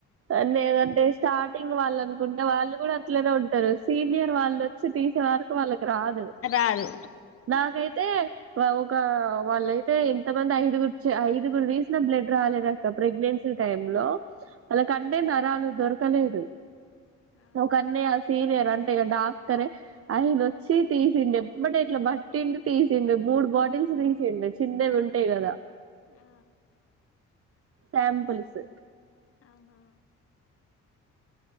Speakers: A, on the right; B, on the left.
A: అన్నె అంటే స్టార్టింగ్ వాళ్ళనుకుంటే వాళ్ళు గూడ అట్లనే ఉంటరు సీనియర్ వాళ్ళు ఒచ్చి తీసే వరకు వాళ్ళకి రాదు
B: రాదు
A: నాకైతే ఒక ఆ వాళ్ళయితే ఎంత మంది ఐదుగుర్ ఐదుగురు తీసినా బ్లడ్ రాలేదక్క ప్రెగ్నెన్సీ టైం లో వళ్ళ
B: ఆహా
A: కంటే నరాలు దొరకలేదు
B: ఆహా
A: ఒకన్నయ్య సీనియర్ అంటే ఇగ డాక్టరే అయన వచ్చి తీసిండు ఎమ్మటే ఇట్ల బట్టిండు తీసిండు మూడు బాటిల్స్ తీసిండు చిన్నవి ఉంటయి గదా
B: ఆ
A: సాంపుల్స్
B: ఆహా